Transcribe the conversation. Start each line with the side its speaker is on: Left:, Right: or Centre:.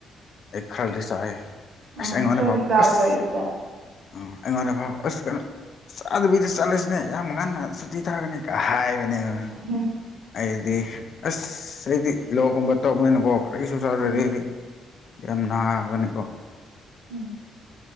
Left: ꯑꯩ ꯈꯔꯗꯤ ꯆꯥꯏꯦ
Right: ꯎꯝ
Left: ꯑꯁ ꯑꯩꯉꯣꯟꯗ
Right: ꯈꯔꯗꯤ
Left: ꯐꯥꯎ
Right: ꯆꯥꯕ꯭ꯔꯣ
Left: ꯑꯁ
Right: ꯑꯌꯨꯛꯇ
Left: ꯑ ꯑꯩꯉꯣꯟꯗ ꯐꯥꯎ ꯑꯁ ꯀꯩꯅꯣ ꯆꯥꯗꯕꯤꯗ ꯆꯠꯂꯁꯤꯅꯦ ꯌꯥꯝ ꯉꯟꯅ ꯁꯨꯇꯤ ꯊꯥꯒꯅꯤ ꯍꯥꯏꯕꯅꯦꯕ
Right: ꯎꯝ
Left: ꯑꯩꯗꯤ ꯑꯁ ꯑꯩꯗꯤ ꯂꯣꯛꯒꯨꯝꯕ ꯇꯧꯕꯅꯤꯅꯀꯣ ꯀꯔꯤꯁꯨ ꯆꯥꯖꯗꯦꯗꯤ
Right: ꯎꯝ
Left: ꯌꯥꯝ ꯅꯥꯒꯅꯤꯀꯣ
Right: ꯎꯝ